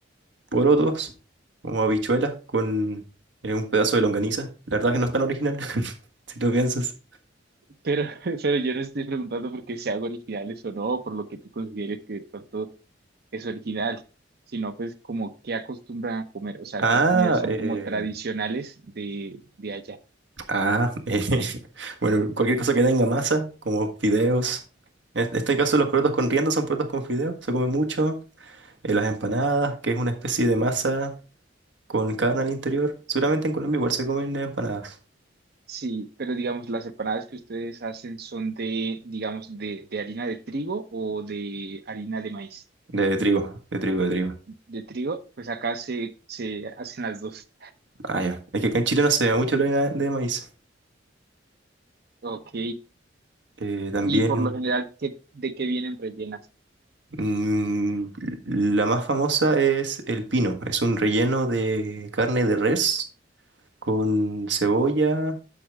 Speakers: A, on the right; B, on the right.
A: porotos, como habichuelas, con eh, un pedazo de longaniza. La verdad que no es tan original, <laughs> si lo piensas.
B: pero, <laughs> pero yo no estoy preguntando porque sean originales o no, por lo que tú consideres que de pronto es original, sino pues como qué acostumbran a comer, o sea,
A: Ah,
B: qué comidas son
A: eh,
B: como tradicionales de, de allá.
A: ah, <laughs> eh, bueno, cualquier cosa que tenga masa, como fideos. En este este caso, los porotos con riendas son porotos con fideos, se come mucho. Eh, las empanadas, que es una especie de masa con carne al interior. Seguramente en Colombia igual se comen empanadas.
B: Sí, pero digamos, las empanadas que ustedes hacen son de, digamos, de, de harina de trigo o de harina de maíz.
A: De trigo, de trigo, de trigo.
B: De trigo, pues acá se, se hacen las dos.
A: Ah, ya. Es que acá en Chile no se ve mucho la harina de maíz.
B: Ok.
A: Eh, también
B: Y por lo general, ¿qué, de qué vienen rellenas?
A: mm, la más famosa es el pino. Es un relleno de carne de res con cebolla